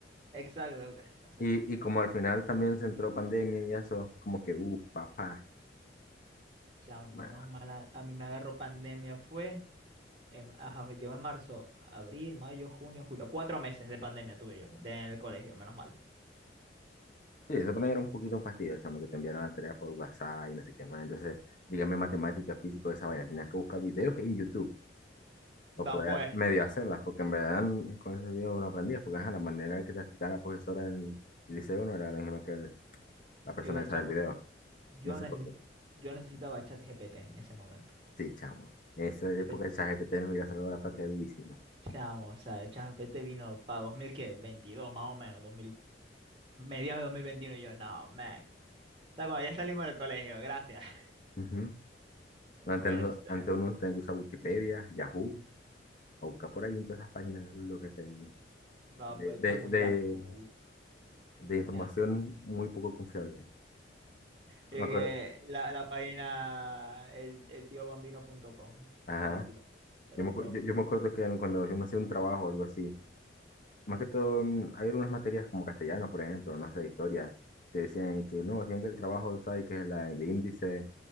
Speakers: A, on the right; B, on the left.
A: Exacto, <laughs> pasar,
B: Y,
A: pasar.
B: y como al final también se entró pandemia y eso, como que, uh, papá.
A: Chao,
B: bueno.
A: menos mal, a, a mí me agarró pandemia, fue, en, ajá, llegó en marzo, abril, mayo, junio, julio, cuatro meses de pandemia tuve yo de- en el colegio, menos mal.
B: Sí, eso también era un poquito un fastidio, chamo, que te enviaron la tarea por WhatsApp y no sé qué más. Entonces, dígame matemática, físico, esa vaina. Tenías que buscar videos en YouTube para
A: Va
B: poder
A: pues,
B: medio hacerlas, porque en verdad con esos videos uno aprendía, porque ajá, la manera que te explicaba la profesora en el liceo no era la misma que el- la persona
A: eh,
B: esa
A: chamo,
B: del video.
A: yo,
B: No sé
A: neces-
B: por
A: yo necesitaba ChatGPT en ese momento.
B: Sí, chamo. Esa época
A: Pero,
B: de ChatGPT nos hubiera salvado la patria durísima.
A: chamo, o sea, ChatGPT vino para 2022, más o menos, 2000, mediados de 2021, y yo, no, man. O sea, cuando ya salimos del colegio, gracias. <laughs>
B: Ujú. Antes,
A: Pues,
B: no-
A: eh,
B: antes uno tenía que usar Wikipedia, Yahoo, o buscar por ahí en todas esas páginas lo que sea
A: va
B: de,
A: pues,
B: de,
A: chamo,
B: de,
A: Yahoo,
B: de información
A: Yahoo.
B: muy poco confiable.
A: Y
B: Me acuerdo,
A: que la, la página el, eltiobambino.com,
B: ajá.
A: que era un blog. Era
B: Yo me,
A: un blog.
B: acu- yo, yo me acuerdo que en- cuando yo no hacía un trabajo o algo así, más que todo, mm, hay algunas materias como castellano, por ejemplo, no sé, historia, que decían que no, tienen que el trabajo, ¿sabes? Que es la- el índice,